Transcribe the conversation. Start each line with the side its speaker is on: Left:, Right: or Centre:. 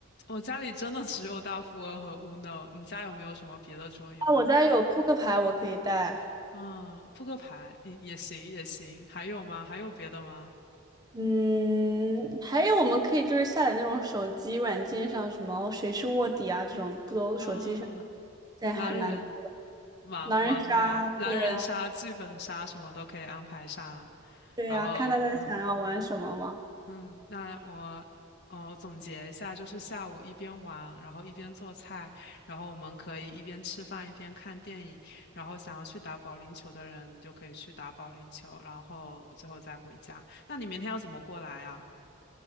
Left: 我家里真的只有大富翁和 Uno，你家有没有什么别的桌游啊？
Right: 啊，我家有扑克牌，我可以带。
Left: 嗯，扑克牌也也行也行，还有吗？还有别的吗？
Right: 嗯，还有我们可以就是下载那种手机软件上什么谁是卧底啊这种，不都手机上
Left: 啊，
Right: 现在还蛮多的
Left: 狼人，完完美，
Right: 狼人杀，
Left: 狼人杀、
Right: 对呀，
Left: 剧本杀什么都可以安排上，
Right: 对呀，
Left: 然后嗯。
Right: 看大家想要玩什么嘛。
Left: 嗯，那我呃，我总结一下，就是下午一边玩，然后一边做菜，然后我们可以一边吃饭一边看电影，然后想要去打保龄球的人，你就可以去打保龄球，然后最后再回家。那你明天要怎么过来啊？